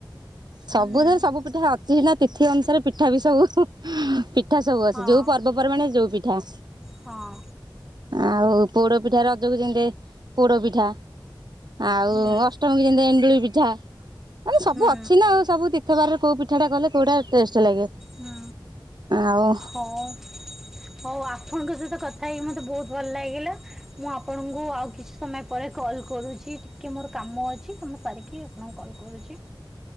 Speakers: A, on the right; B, in the centre.
A: ସବୁଥିରେ
B: ହୁଁ
A: ସବୁ ପିଠା ଅଛି ହେଲା ତିଥି ଅନୁସାରେ ପିଠା ବି ସବୁ ପି ପିଠା ସବୁ ଅଛି
B: ହଁ
A: ଯୋଉ ପର୍ବପର୍ବାଣୀ ଯୋଉ ପିଠା।
B: ହଁ।
A: ଆଉ ପୋଡ ପିଠା ରଜକୁ ଯେମିତି ପୋଡ ପିଠା। ଆଉ
B: ହୁଁ
A: ଅଷ୍ଟମୀ କି ଯେମିତି ଏଣ୍ଡୁଳି ପିଠା। ମାନେ ସବୁ
B: ହୁଁ
A: ଅଛି ନା ଆଉ ସବୁ ତୀର୍ଥ ବାରରେ କୋଉ ପିଠାଟା କଲେ କୋଉଟା ଟେଷ୍ଟ ଲାଗେ।
B: ହୁଁ
A: ଆଉ
B: ହବ। ହଉ ଆପଣଙ୍କ ସହିତ କଥା ହେଇକି ମତେ ବହୁତ୍ ଭଲ ଲାଗିଲା ମୁଁ ଆପଣଙ୍କୁ ଆଉ କିଛି ସମୟ ପରେ କଲ୍ କରୁଛି ଟିକେ ମୋର କାମ ଅଛି କାମ ସାରିକି ଆପଣଙ୍କୁ କଲ୍ କରୁଛି।